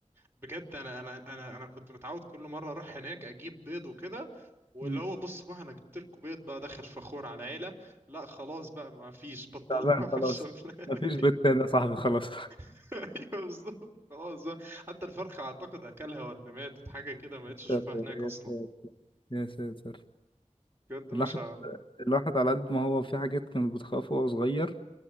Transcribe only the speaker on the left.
مم.
تعبان خلاص
مفيش بيت
تاني يا صاحبي خلاص
يا
ساتر
يا
ساتر يا ساتر
الواحد
الواحد على قد ما هو في حاجات كان بتخافه وهو صغير